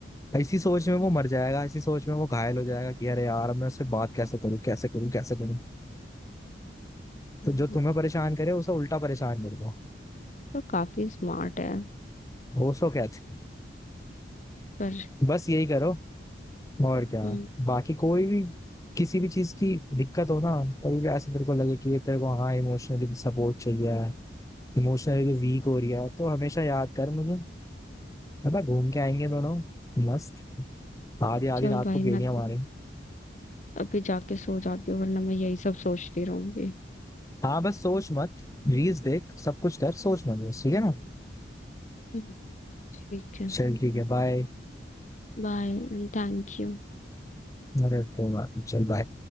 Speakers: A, on the left; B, on the left.
A: इसी सोच में वो मर जाएगा इसी सोच में वो घायल हो जाएगा कि अरे यार अब मैं उससे बात कैसे करूं कैसे करूं कैसे करूं तो
B: हम्म,
A: जो तुम्हें परेशान करे उसे उल्टा परेशान कर दो
B: तो काफी स्मार्ट है
A: वो सो कहते
B: पर
A: बस यही करो और क्या
B: हम्म,
A: बाकी कोई भी किसी भी चीज की दिक्कत हो ना कभी भी ऐसे तेरे को लगे कि ये तेरे को हाँ इमोशनली सपोर्ट चाहिए इमोशनली वीक हो रही है तो हमेशा याद कर मुझे पता घूम के आएंगे दोनों मस्त आधी
B: चल
A: आधी रात
B: भाई
A: को गेड़िया
B: मैं
A: मारे
B: अभी जाके सो जाती हूँ वरना मैं यही सब सोचती रहूंगी
A: हाँ बस सोच मत रील्स देख सब कुछ कर सोच मत बस ठीक है ना
B: हम्म, ठीक है
A: चल ठीक है बाय
B: Bye and thank you
A: अरे तो बात- चल बाय